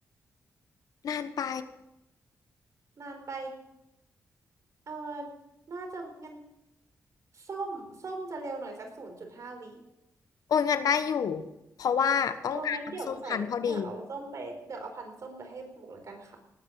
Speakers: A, on the left; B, on the right.
A: นานไป
B: นานไปเออน่าจะงั้นส้มส้มจะเร็วหน่อยสักศูนย์จุดห้าวิ
A: โอ้ยงานได้อยู่เพราะว่าต้องการน้ำส้มคั้นพอดี
B: เอองั้นเดี๋ยวใส่เดี๋ยวเอาส้มไปเดี๋ยวเอาพันธุ์ส้มไปให้ปลูกแล้วกันค่ะ